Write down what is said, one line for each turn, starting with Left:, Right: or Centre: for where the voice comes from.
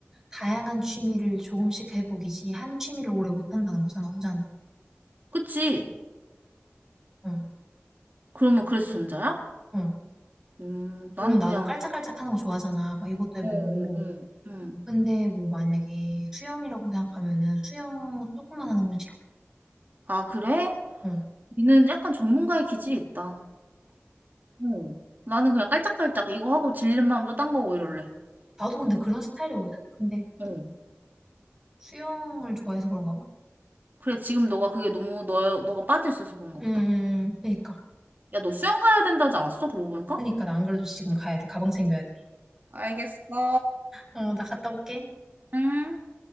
Centre: 다양한 취미를 조금씩 해보기지 한 취미를 오래 못 한다는 거잖아, 후자는.
Right: 그치?
Centre: 응,
Right: 그러면 그래서 전자야?
Centre: 응.
Right: 음, 나는
Centre: 물론 나도
Right: 그냥,
Centre: 깔짝깔짝 하는 거 좋아하잖아. 막 이것도 해보고.
Right: 어, 어, 음.
Centre: 근데 뭐 만약에 수영이라고 생각하면은 수영 조금만 하는 건 싫어.
Right: 아, 그래?
Centre: 응.
Right: 니는 약간 전문가의 기질이 있다. 어. 나는 그냥 깔짝깔짝 이거 하고 질린 마음도 딴 거고 이럴래.
Centre: 나도 근데 그런 스타일이거든? 근데
Right: 어.
Centre: 수영을 좋아해서 그런가 봐.
Right: 그래, 지금 너가 그게 너무, 너, 너가 빠져있어서 그런가
Centre: 음,
Right: 보다.
Centre: 그니까.
Right: 야, 너 수영 가야 된다지 않았어? 그러고 보니까?
Centre: 그니까 나 안 그래도 지금 가야 돼. 가방 챙겨야 돼.
Right: 알겠어.
Centre: 어, 나 갔다 올게.
Right: 응.